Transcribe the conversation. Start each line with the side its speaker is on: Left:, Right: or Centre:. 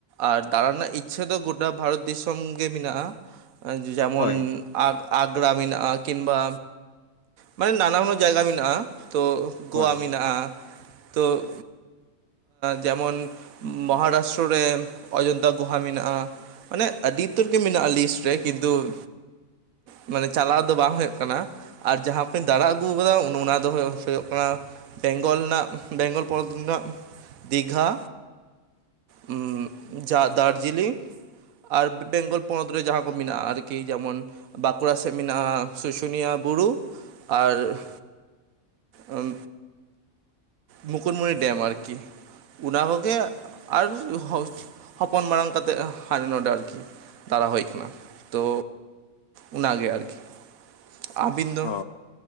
Right: ᱟᱨ ᱫᱟᱬᱟ ᱨᱮᱱᱟᱜ ᱤᱪᱪᱷᱟᱹ ᱫᱚ ᱜᱚᱴᱟ ᱵᱷᱟᱨᱚᱛ ᱫᱤᱥᱚᱢ ᱜᱮ ᱢᱮᱱᱟᱜᱼᱟ ᱾ ᱡᱮᱢᱚᱱ
Left: ᱦᱳᱭ
Right: ᱟᱜᱽᱼᱟᱜᱽᱨᱟ ᱢᱮᱱᱟᱜᱼᱟ, ᱠᱤᱢᱵᱟ ᱢᱟᱱᱮ ᱱᱟᱱᱟ ᱦᱩᱱᱟᱹᱨ ᱼᱼ ᱡᱟᱭᱜᱟ ᱢᱮᱱᱟᱜᱼᱟ ᱛᱚ, ᱜᱳᱣᱟ
Left: ᱦᱳᱭ
Right: ᱢᱮᱱᱟᱜᱼᱟ ᱛᱚ ᱾ ᱡᱮᱢᱚᱱ ᱢᱚᱦᱟᱨᱟᱥᱴᱨᱚ ᱨᱮ ᱚᱡᱳᱫᱫᱷᱟ ᱜᱳᱦᱟ ᱢᱮᱱᱟᱜᱼᱟ ᱾ ᱢᱟᱱᱮ ᱟᱹᱰᱤ ᱩᱛᱟᱹᱨ ᱜᱮ ᱢᱮᱱᱟᱜᱼᱟ ᱞᱤᱥᱴ ᱨᱮ ᱾ ᱠᱤᱱᱛᱩ ᱼᱼ ᱢᱟᱱᱮ ᱪᱟᱞᱟᱣ ᱫᱚ ᱵᱟᱝ ᱦᱩᱭᱩᱜ ᱠᱟᱱᱟ ᱾ ᱟᱨ ᱡᱟᱸᱦᱟ ᱠᱩᱧ ᱫᱟᱬᱟ ᱼᱼ ᱟᱹᱜᱩᱣ ᱠᱟᱫᱟ ᱚᱱᱟ ᱫᱚ ᱦᱩᱭᱩᱜ ᱠᱟᱱᱟ ᱵᱮᱝᱜᱚᱞ ᱨᱮᱱᱟᱜ ᱵᱮᱝᱜᱚᱞ ᱯᱚᱱᱚᱛ ᱨᱮᱱᱟᱜ ᱼᱼ ᱫᱤᱜᱷᱟ ᱩᱸ ᱡᱟ ᱫᱟᱨᱡᱤᱞᱤᱝ ᱾ ᱟᱨ ᱵᱮᱝᱜᱚᱞ ᱯᱚᱱᱚᱛ ᱨᱮ ᱡᱟᱸᱦᱟ ᱠᱚ ᱢᱮᱱᱟᱜᱼᱟ ᱟᱨᱠᱤ ᱡᱮᱢᱚᱱ ᱼᱼ ᱵᱟᱸᱠᱩᱲᱟ ᱥᱮᱫ ᱢᱮᱱᱟᱜᱼᱟ ᱥᱩᱥᱩᱱᱤᱭᱟ ᱵᱩᱨᱩ ᱾ ᱟᱨ ᱼᱼ ᱟᱸ ᱢᱩᱠᱩᱴᱢᱩᱱᱤ ᱰᱮᱢ ᱟᱨᱠᱤ ᱾ ᱚᱱᱟ ᱠᱚᱜᱮ ᱟᱨ ᱦᱚᱥᱼᱦᱚᱯᱚᱱ ᱢᱟᱨᱟᱝ ᱠᱟᱛᱮᱫ ᱦᱟᱰᱮ ᱱᱚᱸᱰᱮ ᱟᱨᱠᱤ᱾ ᱫᱟᱲᱟ ᱦᱳᱭ ᱠᱟᱱᱟ, ᱛᱚ ᱚᱱᱟᱜᱮ ᱟᱨᱠᱤ ᱾ᱟᱹᱵᱤᱱ ᱫᱚ?
Left: ᱚ